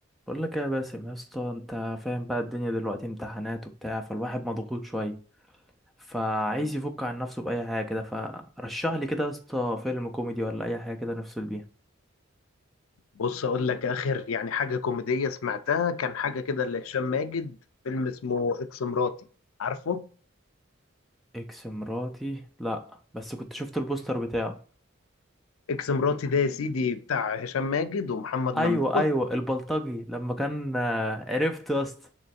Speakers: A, in the centre; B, on the left (about 80°).
A: بقول لك إيه يا باسم يا اسطى انت فاهم بقى الدنيا دلوقتي امتحانات وبتاع فالواحد مضغوط شويه فعايز يفك عن نفسه باي حاجه كده فرشح لي كده يا اسطى فيلم كوميدي ولا اي حاجه كده نفصل بيها
B: بص اقول لك اخر يعني حاجه كوميديه سمعتها كان حاجه كده لهشام ماجد فيلم اسمه اكس مراتي عارفه
A: اكس مراتي لا بس كنت شفت البوستر بتاعه
B: اكس مراتي ده يا سيدي بتاع هشام ماجد ومحمد ممدوح
A: ايوه ايوه البلطجي لما كان آه، عرفت يا اسطى